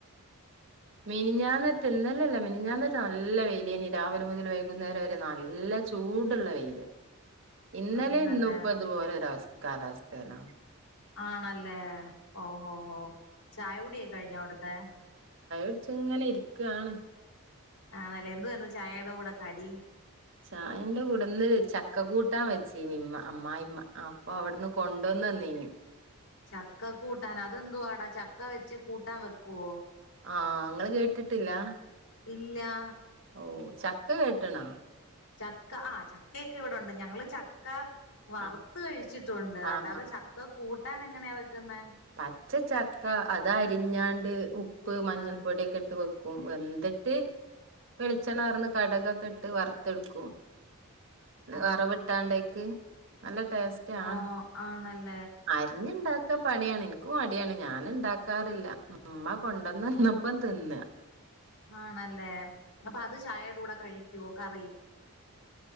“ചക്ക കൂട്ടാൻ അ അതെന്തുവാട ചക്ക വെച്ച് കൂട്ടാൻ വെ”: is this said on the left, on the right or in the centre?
Left